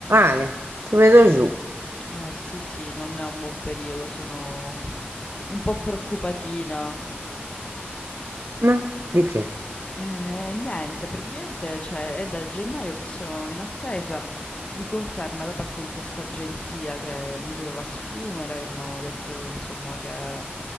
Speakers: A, on the right (about 80°); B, on the left (about 30°).
A: Ale, ti vedo giù.
B: Eh sì, sì, non è un buon periodo, sono un po' preoccupatina.
A: Ma di che?
B: Eh, niente, praticamente, cioè, è dal gennaio che sono in attesa di conferma da parte di questa agenzia che mi doveva assumere, che mi avevano detto, insomma, che